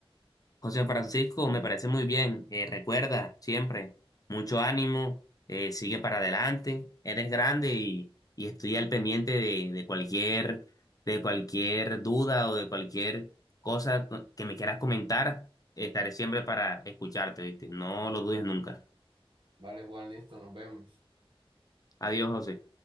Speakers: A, on the left; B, on the right.
A: José Francisco, me parece muy bien. Eh, recuerda siempre, mucho ánimo, eh, sigue para adelante, eres grande y, y estoy al pendiente de, de cualquier, de cualquier duda o de cualquier cosa co- que me quieras comentar. Estaré siempre para escucharte, ¿viste? No lo dudes nunca.
B: Vale, Juan, listo, nos vemos.
A: Adiós, José.